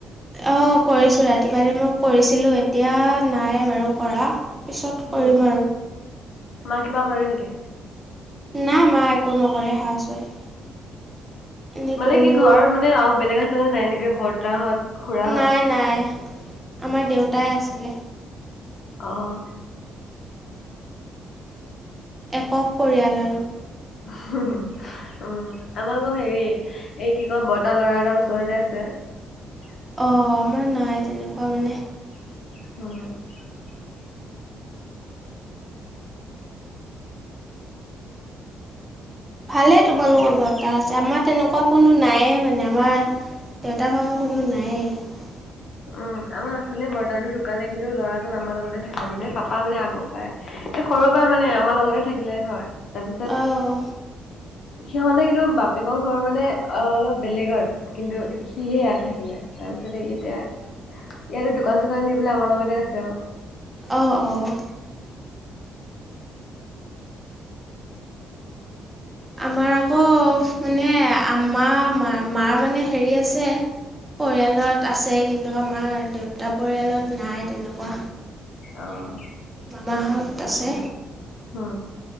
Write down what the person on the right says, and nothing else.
অ', কৰিছোঁ, ৰাতিপুৱালে মই কৰিছিলো এতিয়া নাই বাৰু কৰা। পিছত কৰিম
আৰু।
নাই মা একো নকৰে হাউচ -ৱাইফ। এনেই
গৰু
নাই-নাই আমাৰ দেউতাই আছিলে।
একক পৰিয়াল আৰু।
অ' আমাৰ নাই তেনেকুৱা মানে।
ভালে তোমালোকৰ বৰ্তা আছে আমাৰ তেনেকুৱা কোনো নাইয়ে মানে আমাৰ দেউতা ভাগৰ কোনো নাইয়ে।
অ',
অ', - অ', আমাৰ আকৌ মানে আমা মাৰ মানে হেৰি আছে। পৰিয়ালত আছে কিন্তু আমাৰ দেউতা পৰিয়ালত নাই তেনেকুৱা।
মামাহত আছে